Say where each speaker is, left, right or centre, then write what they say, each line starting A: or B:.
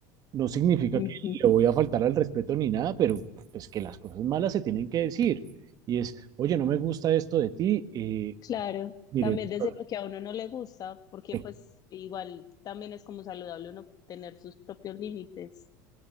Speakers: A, on the right (about 40°); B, on the left (about 40°).
A: No significa
B: ujú,
A: que le voy a faltar al respeto ni nada, pero pues que las cosas malas se tienen que decir. Y es, oye, no me gusta esto de ti, eh,
B: Claro,
A: mire,
B: también desde
A: pues,
B: lo que a uno no le gusta, porque
A: eh,
B: pues igual también es como saludable uno tener sus propios límites.